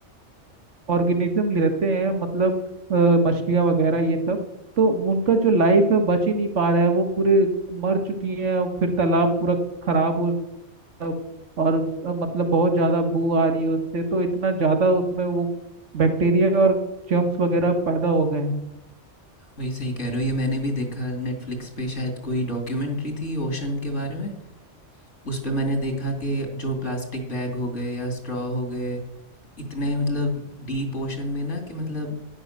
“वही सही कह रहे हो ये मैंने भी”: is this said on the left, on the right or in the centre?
Left